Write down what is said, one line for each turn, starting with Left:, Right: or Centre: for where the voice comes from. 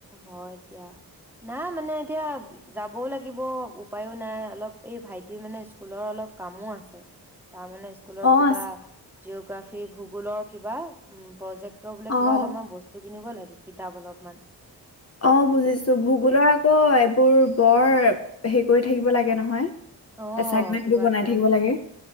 Centre: হয় দিয়া, নাই মানে এতিয়া যাবয়ো লাগিব উপায়ো নাই, অলপ এই ভাইটিৰ মানে স্কুলৰ অলপ কামো আছে। তাৰমানে স্কুলৰ
Left: অ',
Centre: কিবা
Left: আছে
Centre: জিঅগ্ৰাফি ভূগোলৰ কিবা উম প্ৰজেক্টৰ বোলে
Left: অ'।
Centre: কিবা অলপমান ব স্তু কিনিব লাগে কিতাপ অলপমান।
Left: অঁ বুজিছো, ভূগোলৰ আকৌ এইবোৰ বৰ হেৰি কৰি থাকিব লাগে নহয়।
Centre: অঁ,
Left: এচাইনমেন্ট
Centre: কিবা
Left: বোৰ বনাই
Centre: একদম
Left: থাকিব লাগে।